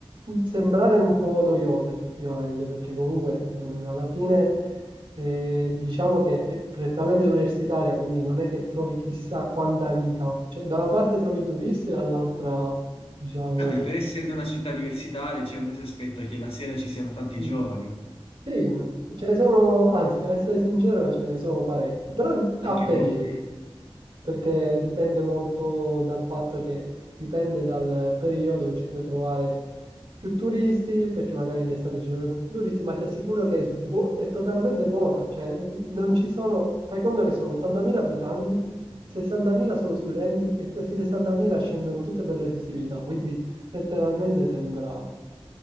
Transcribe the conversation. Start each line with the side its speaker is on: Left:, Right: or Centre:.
Right: sembrare un po' noiosa effettivamente, perché comunque eh, alla fine eh, diciamo che è prettamente universitaria, quindi non è che trovi chissà quanta vita. Cioè, da una parte trovi i turisti, dall'altra, diciamo...
Left: Vabbè, per essendo una città universitaria, cioè, uno si aspetta che la sera ci siano tanti
Right: mm,
Left: giovani,
Right: Sì, ce ne sono, anzi, a essere sincero, ce ne sono parecchi, però
Left: anche
Right: a periodi.
Left: troppi.
Right: perché dipende molto dal fatto che dipende dal periodo, ci puoi trovare più turisti, perché magari d'estate ci sono più turisti, ma ti assicuro che è, svuo- è totalmente vuota, cioè non ci sono, fai conto che sono 80.000 abitanti, 60.000 sono studenti e questi 60.000 scendono tutte per le festività, quindi letteralmente sembra...